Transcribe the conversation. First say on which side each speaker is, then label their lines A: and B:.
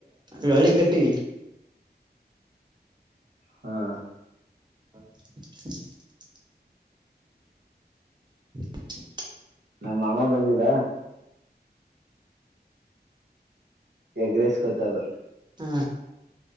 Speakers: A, on the right; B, on the right.
A: ಲೋಳ್ಳಿ ಕಟ್ಟಿವಿ.
B: ಹಾ
A: <unintelligible> <unintelligible>
B: ನಮ್ಮ ಮಾಮಾ ಬಂದಿದ. ಎಗ್ರೆಸ್ಕೋತ ಅದ.
A: ಹ್ಮ